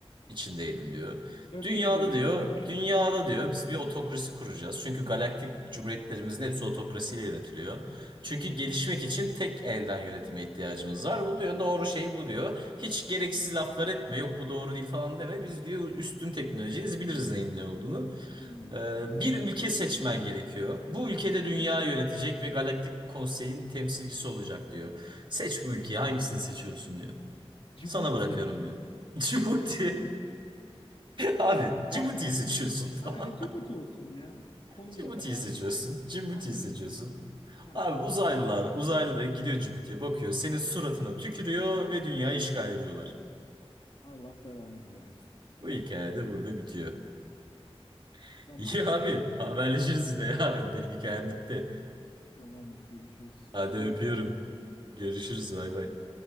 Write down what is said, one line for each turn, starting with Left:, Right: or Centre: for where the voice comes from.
Right: içindeydim diyor.
Left: Dökül
Right: Dünyada
Left: derim
Right: diyor,
Left: dökül.
Right: dünyada diyor biz bir otokrasi kuracağız. Çünkü galaktik cumhuriyetlerimizin hepsi otokrasiyle yönetiliyor. Çünkü
Left: Hı hı.
Right: gelişmek için tek elden yönetime ihtiyacımız var. Bu diyor doğru şey bu diyor. Hiç gereksiz laflar etme yok bu doğru değil falan deme. Biz diyor üstün teknolojiyiz biliriz neyin ne olduğunu.
Left: Hmm,
Right: Ee,
Left: eyvallah.
Right: Bir ülke seçmen gerekiyor. Bu ülkede dünya yönetecek ve Galaktik Konsey'in temsilcisi olacak diyor. Seç bu
Left: Hı
Right: ülkeyi
Left: hı.
Right: hangisini seçiyorsun diyor.
Left: Cibuti.
Right: Sana bırakıyorum
Left: <laughs>
Right: diyor. <laughs> Cibuti. Abi
Left: Yani
Right: Cibuti'yi
Left: ben
Right: seçiyorsun.
Left: aynen
Right: <laughs>
Left: Cibuti olsun ya. Konum
Right: Cibuti'yi
Left: da fena
Right: seçiyorsun.
Left: değil.
Right: Cibuti'yi
Left: Aynen
Right: seçiyorsun.
Left: Cibuti. Aynen.
Right: Abi uzaylılar, uzaylı da gidiyor Cibuti'ye bakıyor. Senin suratına tükürüyor ve dünyayı işgal ediyorlar.
Left: Allah belanızı versin.
Right: Bu hikaye de burada bitiyor. <laughs>
Left: Tamamdır.
Right: İyi abi haberleşiriz yine yarın. Benim hikayem bitti.
Left: Tamamdır görüşürüz.
Right: Hadi
Left: Güzel
Right: öpüyorum.
Left: hikaye.
Right: Görüşürüz
Left: Bay bay.
Right: bay bay.